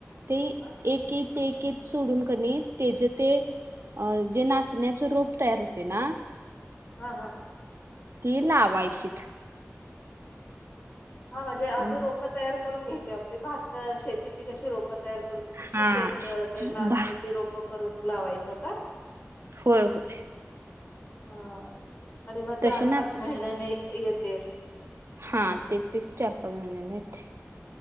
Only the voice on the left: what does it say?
ह
हा हा
हा म्हणजे आधी
रोपं तयार करून घ्यायची आपली भातं शेतीची कशी रोप रोप तयार करतो तशी
शेत ते नाचण्याची
रोप करून लावायचं का?
हा आणि मग
चार
पाच महिन्याने येते.